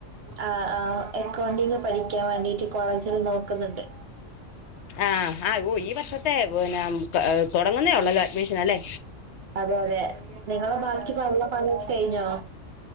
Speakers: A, on the right; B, on the left.
A: ആഹ് ആഹ് അക്കൗണ്ടിഗ് പഠിക്കാൻ വേണ്ടിട്ട് കോളേജില് നോക്ക് ന്ന്ണ്ട്.
B: ആഹ് ആഹ് ഓഹ് ഈ വർഷത്തെ കോ പിന്നെ ത തൊടങ്ങുന്നേ ഉള്ളല്ലെ അഡ്മിഷൻ അല്ലെ.
A: അതെ അതെ. നിങ്ങളെ ബാക്കി യൊള്ള പണിയൊക്കെ കഴിഞ്ഞൊ?